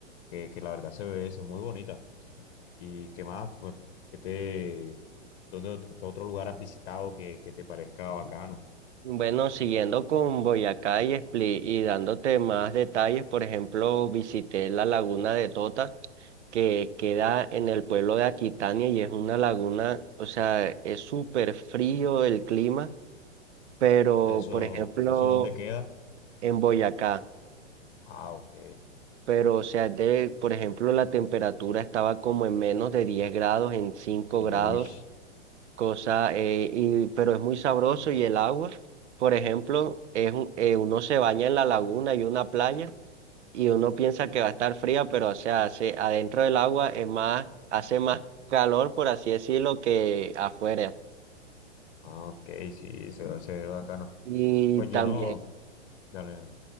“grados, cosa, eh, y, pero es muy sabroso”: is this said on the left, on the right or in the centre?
Right